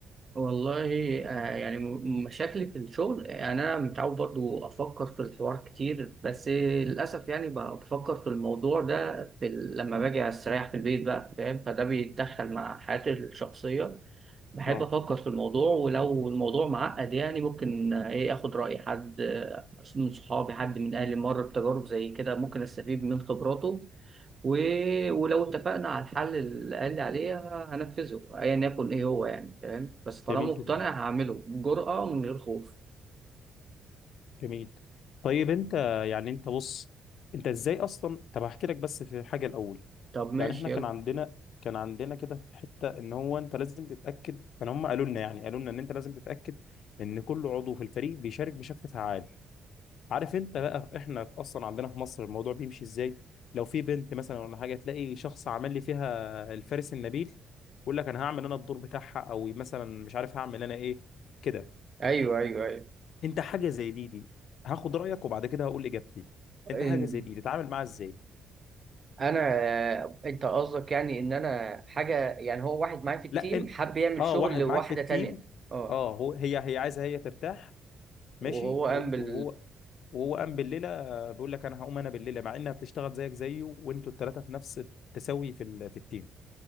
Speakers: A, on the right; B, on the left.
A: والله آه، يعني م- مشاكلي في الشغل يعني انا متعود برضو افكر في الحوار كتير بس للاسف يعني ب- بفكر في الموضوع ده في ال- لما باجي استريح في البيت بقى فاهم فده بيتدخل مع حياتي الشخصيه بحب
B: اه
A: افكر في الموضوع ولو الموضوع معقد يعني ممكن آه، ايه اخد راي حد آه، من صحابي حد من اهلي مر بتجارب زي كده ممكن استفيد من خبراته و... ولو اتفقنا على الحل اللي قال لي عليه هنفذه ايا يكن ايه هو يعني فاهم بس طالما
B: جميل
A: مقتنع
B: جدا
A: هعمله بجرأة من غير خوف
B: جميل طيب انت يعني انت بص انت ازاي اصلا طب هحكي لك بس في حاجه الاول
A: طب ماشي
B: يعني احنا كان
A: يلا
B: عندنا كان عندنا كده في حته ان هو انت لازم تتاكد كان هم قالوا لنا يعني قالوا لنا ان انت لازم تتاكد ان كل عضو في الفريق بيشارك بشكل فعال عارف انت بقى احنا اصلا عندنا في مصر الموضوع بيمشي ازاي لو في بنت مثلا ولا حاجه تلاقي شخص عمل لي فيها الفارس النبيل يقول لك انا هعمل انا الدور بتاعها او مثلا مش عارف هعمل انا ايه كده
A: ايوه ايوه ايوه
B: انت حاجه زي دي دي هاخد رايك وبعد كده هقول اجابتي انت
A: إن
B: حاجه زي دي تتعامل معاها ازاي
A: انا انت قصدك يعني ان انا حاجه يعني هو واحد معايا في التيم
B: لا انت
A: حب يعمل
B: اه
A: شغل
B: واحد
A: لواحده
B: معاك في التيم
A: تانية اه
B: اه هو هي هي عايزه هي ترتاح
A: وهو
B: ماشي
A: قام
B: وانت
A: بال
B: وهو وهو قام بالليله آه، بيقول لك انا هقوم انا بالليله مع انها بتشتغل زيك زيه وانتوا الثلاثه في نفس التساوي في ال- في التيم